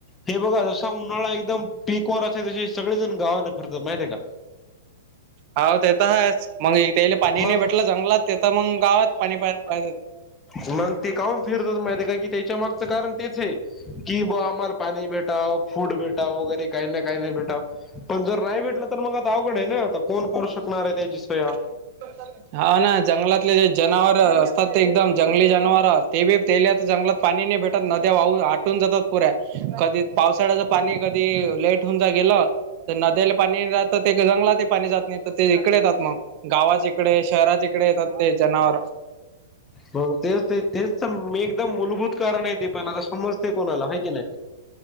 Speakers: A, on the left; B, on the right.
A: हे बघा जसा उन्हाळा एकदम पिक वर असं ते जे सगळेजण गावातनं फिरतात माहितीय का.
B: हाव ते तर हाच, मग त्या पाणी
A: मग
B: नाही भेटलं जंगलात, तेथ मग गावात पाणी पा पा
A: मग ते काऊून फिरतात माहितीय का, की त्याच्या मागचं कारण तेचयं. की बुवा आम्हाला पाणी भेटावं, फुड भेटावं वगैरे. काही ना काही नाही भेटाव. पण जर नाही भेटलं, तर मग आता अवघड आहे ना. आता कोण करू शकणार आहे त्याची सोया?
B: <inaudible> हाव ना जंगलातले जे जनावर असतात ते एकदम जंगली जनावर तेबी त्यालात जंगलात पाणी नाही भेट तरनद्या वाहू आटून जातात पुऱ्या. कधी पावसाळ्याचं पाणी कधी लेट होऊन जा गेलं. तर नद्याला पाणी राहतं ते काय जंगलातही पाणी जात नाही, तर ते इकडे येतात मग. गावात इकडे शहराच्या इकडे येतात ते जनावर.
A: मग तेच ते तेच म एकदम मूलभूत कारण आहे ते पण आता, पण समजते कोणाला हाय की नाही?